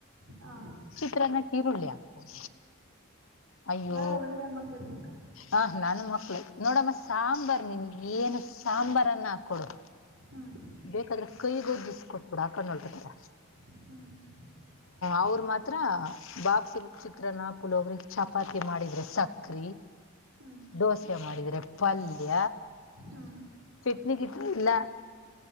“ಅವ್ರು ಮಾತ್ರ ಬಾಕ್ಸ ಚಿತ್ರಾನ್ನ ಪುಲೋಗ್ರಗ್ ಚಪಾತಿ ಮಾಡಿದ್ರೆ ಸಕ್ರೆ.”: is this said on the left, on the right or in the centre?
Left